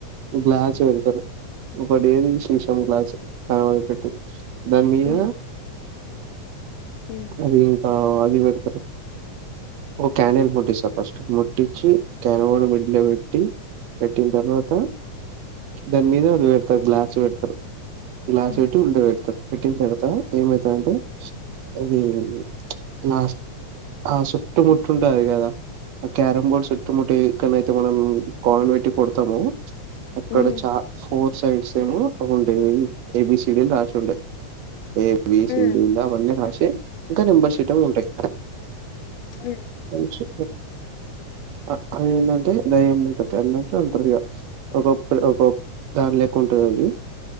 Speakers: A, on the right; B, on the left.
A: గ్లాస్ పెడతారు ఇప్పుడేది శిషం క్లాస్ కాపెట్టు దాని మీద
B: ఉ ఉ ఉ
A: అదే ఇంకా ఆ అది పెడతారు ఒక క్యాండిల్ ముట్టిస్తారు ఫస్ట్ ముట్టిచ్చి క్యాండిల్ మీద పెట్టి పెట్టిన తర్వాత దాని మీద అది పెడతారు గ్లాస్ పెడతారు గ్లాస్
B: హ్మ్
A: పెట్టీ కుండ పెడతారు పెట్టిన తర్వాత ఏమైతదంటే ఇది లాస్ హాష్ చుట్టుముట్టుంటారు కదా ఆ క్యారం బోర్డ్ చుట్టుముట్టి ఎక్కడైతే మనం కాయిన్ పెట్టి కొడతామో అక్కడ
B: హ్మ్
A: చా ఫోన్ సైట్స్ ఏమో అవి ఉంటాయి ఏబిసిడి లు రాసి ఉంటాయి ఎ వేసి
B: హ్మ్
A: కింద అవన్ని రాసి <unintelligible> ఇంకా <unintelligible> సెటర్లు ఉంటాయి
B: హ్మ్
A: కొంచు అది ఏందంటే దయ్యం ఉంటది అంటంటే అంటదిగా ఒకొ ఒక దాని లెక్క ఉంటది అది